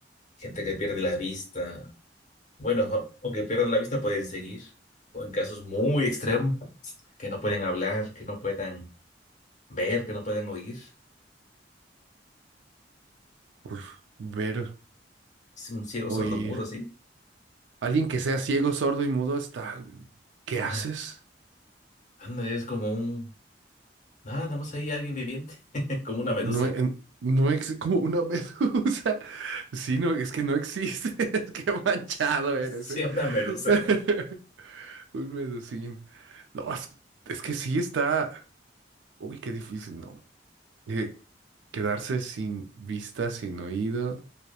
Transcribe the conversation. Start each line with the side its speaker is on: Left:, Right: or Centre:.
Left: Gente que pierde la vista, bueno, o- aunque pierdan la vista pueden seguir, o en casos muy extremos, que no pueden hablar, que no puedan ver, que no pueden oír.
Right: Uf, ver,
Left: Es un ciego
Right: oír.
Left: sordomudo, ¿sí? <laughs>
Right: Alguien que sea ciego, sordo y mudo está... ¿Qué haces?
Left: Ah, Anda, Es como un... Nada, nada más ahí alguien viviente, <laughs> como una medusa.
Right: No, en- no es como una medusa. <laughs> Sí, no, es que no existe. <laughs> Qué manchado
Left: <laughs>
Right: eres,
Left: Sí,
Right: ¿eh?
Left: una medusa,
Right: <laughs>
Left: güey.
Right: Un medusín. No, es, es que sí está... Uy, qué difícil, ¿no? Eh, quedarse sin vista, sin oído.